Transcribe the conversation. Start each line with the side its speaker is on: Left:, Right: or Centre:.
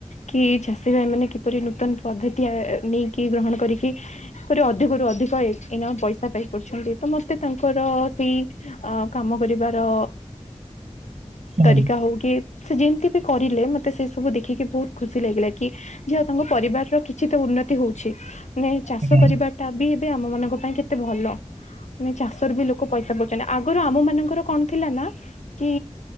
Left: କି ଚାଷୀ ଭାଇ ମାନେ କିପରି ନୂତନ ପଦ୍ଧତି ନେଇକି ଗ୍ରହଣ କରିକି ତାଙ୍କର ଅଧିକରୁୁ ଅଧିକ ଏ ଏଇନା ପଇସା ପାଇପାରୁଛନ୍ତି ତ ମତେ ତାଙ୍କର ସେଇ ଅ କାମ କରିବାର
Right: ହଁ
Left: ତରିକା ହଉ କି ସେ ଯେମିତି ବି କରିଲେ ମତେ ସେ ସବୁ ଦେଖିକି ବହୁତ ଖୁସି ଲାଗିଲା କି ଯାହା ହଉ ତାଙ୍କ ପରିବାରର କି କିଛିିତ ଉନ୍ନତି ହଉଛି, ମାନେ ଚାଷ
Right: ଆଜ୍ଞା ଆଜ୍ଞା।
Left: କରିବାଟା ବି ଏବେ ଆମ ମାନଙ୍କ ପାଇଁ କେତେ ଭଲ। ମାନେ ଚାଷରୁ ବି ଲୋକ ପଇସା ପାଉଛନ୍ତି, ଆଗରୁ ଆମ ମାନଙ୍କର କଣ ଥିଲା ନା କି